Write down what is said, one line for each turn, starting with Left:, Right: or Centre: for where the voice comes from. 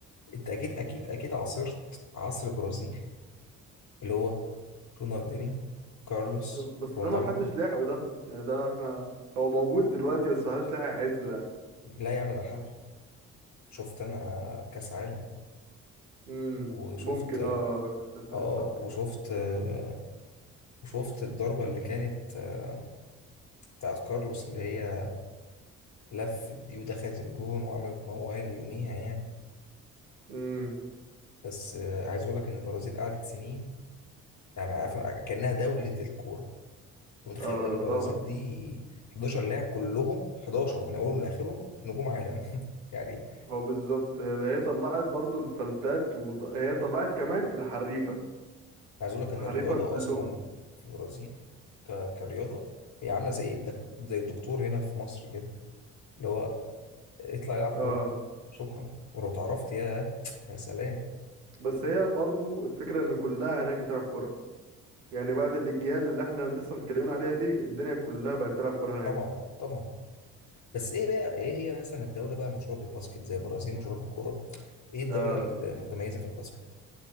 Left: انت اكيد اكيد اكيد عاصرت عصر البرازيل اللي هو رونالدينيو كارلوس
Right: بس
Left: رونالدو
Right: ده ما حدش لاحقه ده يعني ده احنا هو موجود دلوقتي بس ما حدش لاحق يعزه يعني
Left: لا يعمل على حاله شفت انا كاس عالم
Right: امم
Left: وشفت
Right: ممكن اه كده الحاجة
Left: اه
Right: صح كده
Left: وشفت آه، وشفت الضربة اللي كانت آه، بتاعت كارلوس اللي هي لفت دي ودخلت الجون وعملت موال يوميها يعني
Right: امم
Left: بس آه، عايز اقول لك ان البرازيل قعدت سنين يعني عارف- كأنها دولة الكورة انت متخيل
Right: اه
Left: البرازيل
Right: طبعا
Left: دي 11 لاعب كلهم 11 من اولهم لاخرهم نجوم عالم <laughs> يعني
Right: هو بالظبط ده هي طلعت برضو الفلتات وهي طلعت كمان الحريفة
Left: عايز اقول لك
Right: الحريفة
Left: ان الرياضه
Right: كلهم
Left: اصلا في البرازيل ك... كرياضه هي عامله زي الدك... زي الدكتور هنا في مصر كده اللي هو اطلع العب كوره
Right: اه
Left: شكرا ولو اتعرفت يا يا سلام
Right: بس هي برضو الفكرة ان كلها هناك بتلعب كرة يعني بعد الاجيال اللي احنا لسه متكلمين عليها دي الدنيا كلها بقت تلعب كرة هناك
Left: طبعا طبعا بس ايه بقى ايه هي مثلا الدوله بقى المشهوره بالباسكت زي البرازيل مشهوره بالكوره ايه الدوله
Right: آه
Left: المتميزه في الباسكت